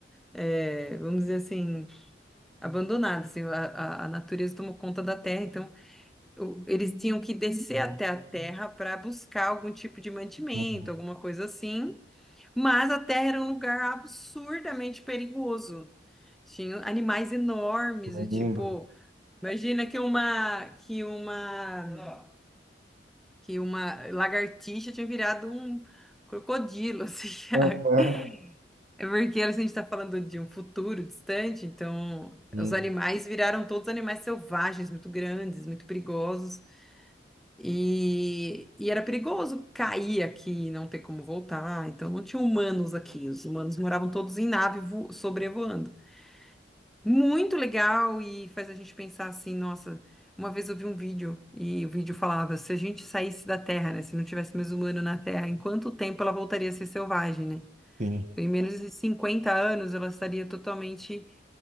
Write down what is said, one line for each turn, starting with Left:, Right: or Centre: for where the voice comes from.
Centre: é, vamos dizer assim, abandonado, assim, a, a- a natureza tomou conta da terra, então o- eles tinham que descer até a terra para buscar algum tipo de mantimento,
Right: uhum.
Centre: alguma coisa assim, mas a terra era um lugar absurdamente perigoso. Tinha animais enormes,
Right: Eu
Centre: e tipo,
Right: lembro.
Centre: imagina que uma que uma que uma lagartixa tinha virado um crocodilo, assim, <laughs>
Right: Aham.
Centre: É porque a gente está falando de um futuro distante, então
Right: Sim,
Centre: os animais viraram todos animais selvagens, muito grandes, muito perigosos. E, e era perigoso cair aqui e não ter como voltar. Então não tinha humanos aqui. Os humanos moravam todos em nave vo- sobrevoando. Muito legal e faz a gente pensar assim, nossa, uma vez eu vi um vídeo e o vídeo falava, se a gente saísse da Terra, né, se não tivesse mais humano na Terra, em quanto tempo ela voltaria a ser selvagem, né?
Right: sim.
Centre: Então, em menos de 50 anos, ela estaria totalmente,